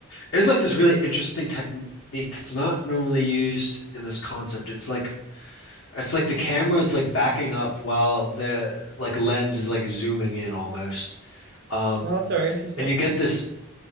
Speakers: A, on the left; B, on the right.
A: there's like this really interesting technique that's not normally used in this concept it's like it's like the camera is like backing up while the like lens is like zooming in almost um
B: Oh, that's very interesting.
A: and you get this